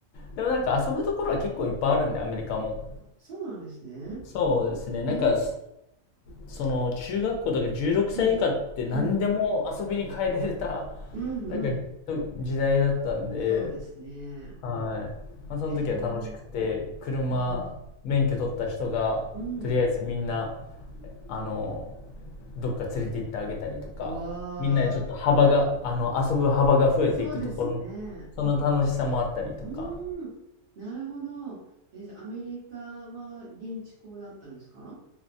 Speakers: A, on the left; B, on the right.
A: でもなんか遊ぶところは結構いっぱいあるんで、アメリカも。
B: えあ、そうなんですね。
A: そうですね。なんか、
B: えー、
A: その中学校とか16歳以下って何でも遊びに変えれた
B: うん、うん、うん、うん、
A: <laughs>
B: うん。
A: なんかと時代だったんで、
B: そうですね。
A: はい。まあ、その時は楽しくて、
B: えー、
A: 車免許取った人がとりあえずみんな、
B: うん、うん、うん。
A: あの、どっか連れて行ってあげたりとか、
B: うわあ、
A: みんなでちょっと幅が、あの、遊ぶ幅が増えていくところ、
B: そうですね。
A: その楽しさもあったりとか。
B: うーん、なるほど。えじゃあアメリカは現地校だったんですか